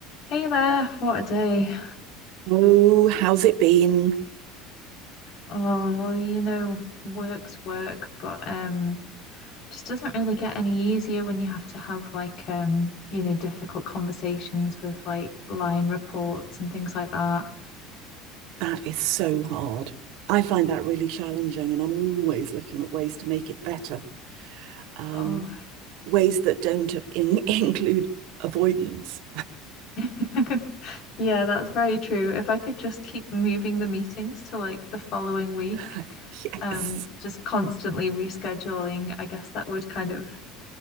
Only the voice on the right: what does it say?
Oh, how's it been?
That is so hard. I find that really challenging, and I'm always looking at ways to make it better, um,
ways that don't in <laughs> include avoidance.
<laughs> Yes.